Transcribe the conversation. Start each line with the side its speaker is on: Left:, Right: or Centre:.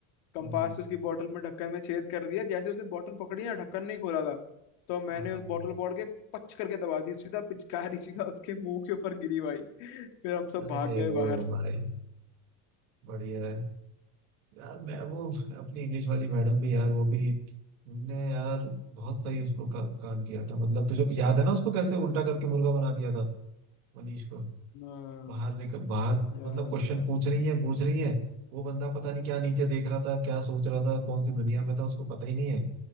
Left: कंपास
Right: हम्म,
Left: से उसकी बोतल में ढक्कन में छेद कर दिया जैसे उसने बोतल पकड़ी ना ढक्कन नहीं खोला था तो मैंने
Right: हाँ हाँ
Left: उस
Right: हाँ।
Left: बोतल पकड़ के पच करके दबा दी सीधा पिचकारी सीधा उसके मुंह के ऊपर गिरी भाई फिर हम सब
Right: अरे
Left: भाग गए
Right: वो
Left: बाहर
Right: भाई बढ़िया है यार मैं वो अपनी इंग्लिश वाली मैडम भी यार वो भी उनने यार बहुत सही उसको का, कांड किया था मतलब तुझे याद है ना उसको कैसे उल्टा करके मुर्गा बना दिया था मनीष को
Left: हाँ
Right: बाहर निकल बाहर मतलब
Left: याद
Right: क्वेश्चन
Left: है
Right: पूछ रही है पूछ रही है वो बंदा पता नहीं क्या नीचे देख रहा था क्या सोच रहा था कौन सी दुनिया में था उसको पता ही नहीं है